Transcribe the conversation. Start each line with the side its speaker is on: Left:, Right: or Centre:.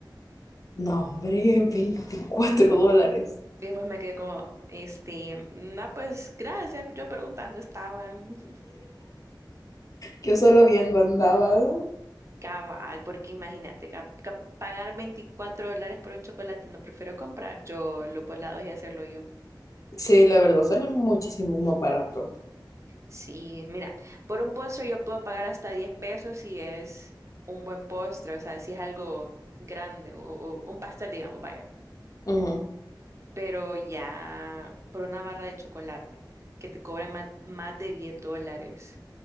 Left: No, hombre, <laughs> 24 dólares.
Right: Y después me quedé como, este, no, pues gracias, yo preguntando estaba <laughs>
Left: Yo solo viendo andaba.
Right: cabal, porque imagínate, cap- cap- pagar 24 dólares por un chocolate, no prefiero comprar yo los volados y hacerlo yo.
Left: Sí, la verdad, sale muchísimo más barato.
Right: Sí, mira, por un postre yo puedo pagar hasta 10 pesos si es un buen postre, o sea, si es algo grande o, o un pastel, digamos, vaya.
Left: Ujú.
Right: Pero ya por una barra de chocolate que te cobran más, más de 10 dólares.